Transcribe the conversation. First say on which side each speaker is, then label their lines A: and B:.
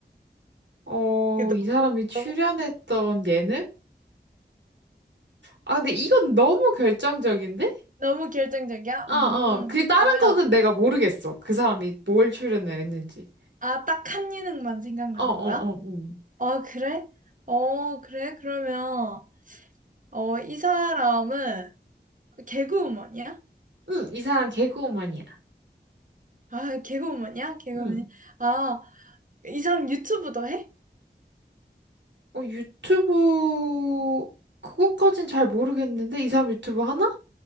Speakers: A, on the right (about 80°); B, on the right (about 45°).
A: 어,
B: 그 너-
A: 이 사람이 출연했던
B: 무
A: 예능? 아, 근데 이건 너무 결정적인데?
B: 너무 결정적이야?
A: 어,
B: 음,
A: 어. 그 다른
B: 그러면
A: 거는 내가 모르겠어. 그 사람이 뭘 출연을 했는지.
B: 아, 딱 한 예능만 생각나는
A: 어, 어,
B: 거야?
A: 어, 응.
B: 어, 그래? 어, 그래? 그러면, 어, 이 사람은 개그우먼이야?
A: 응, 이 사람 개그우먼이야.
B: 아, 개그우먼이야? 개그우먼이야?
A: 응.
B: 아, 이 사람 유튜브도 해?
A: 어, 유튜브, 그것까진 잘 모르겠는데? 이 사람 유튜브 하나?